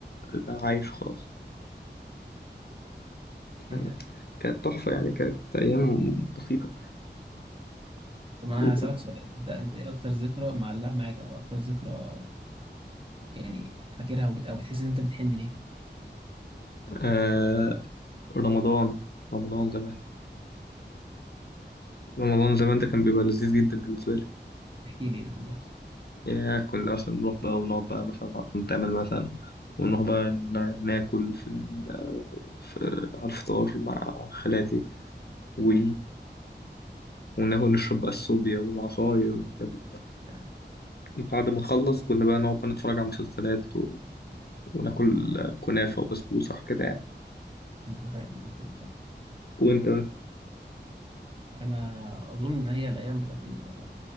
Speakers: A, on the left; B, on the right.
A: انت عايش وخلاص فاهم؟
B: إيه.
A: كانت تحفة يعني كانت أيام بسيطة
B: طب أنا
A: وكنت
B: هسألك سؤال أنت أنت إيه أكتر ذكرى معلقة معاك أو أكتر ذكرى يعني فاكرها وبت... أو بتحس إن أنت بتحن ليها
A: آه رمضان رمضان زمان رمضان زمان ده كان بيبقى لذيذ جدا بالنسبة لي
B: احكي لي إيه اللي كان بيحصل
A: يا كنا مثلا نروح بقى ونقعد بقى مثلا نتعمل مثلا ونروح بقى نا- ناكل في, ال- في على الفطار مع خالاتي و- وناكل نشرب بقى الصوبيا والعصاير والحاجات دي كلها
B: يعني
A: بعد ما نخلص كنا بقى نقعد بقى نتفرج على مسلسلات وناكل كنافة وبسبوسة كده يعني
B: مش متخيل الموضوع
A: وانت بقى
B: انا اظن ان هي الايام بتاعت ال-